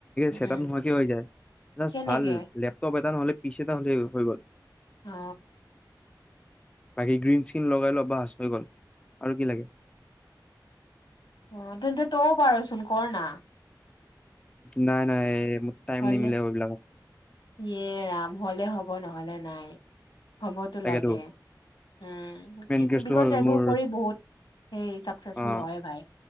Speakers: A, on the left (about 80°); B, on the left (about 15°).
A: উম
B: ছেটতাব
A: উম
B: নোহাৱাকে হৈ যায়, যাষ্ট
A: কেনেকে
B: ভাল লেপটপ এটা এটা নহ'লে পিছ এটা হলে' হৈ গ'ল ।
A: অ
B: বাকী গ্ৰীণ স্কিন লগাই লবা বাচ হৈ গ'ল আৰু কি লাগে?
A: অ তেন্তে তৌ পাৰচোন কৰ না।
B: নাই নাই। মোৰ টাইম
A: হলে
B: নিমিলে এইবিলাকত
A: ইএ ৰাম হলে হ'ব ব নহ'লে নাই। হ'বতো
B: তাকেতো
A: লাগে উ,
B: মেইন কেচটো
A: বি-বিকচ
B: হ'ল
A: এইবোৰ
B: মোৰ
A: কৰি বহুত সেই চাকচেচফুল
B: অ
A: হয় ভাই,